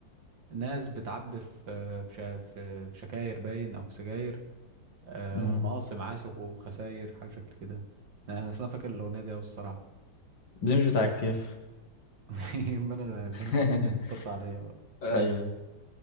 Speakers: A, on the right; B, on the left.
A: ناس بتعبي في في شا- في في شكاير باين او في سجاير آه،
B: مم.
A: مقاصم عاشق وخساير حاجه شكل كده انا اصلا فاكر الاغنيه دي أوي الصراحه
B: ده مش بتاع الكيف
A: <laughs> يبقى انا يبقى
B: <laughs>
A: انا الدنيا مختلطه عليا بقى
B: ايوه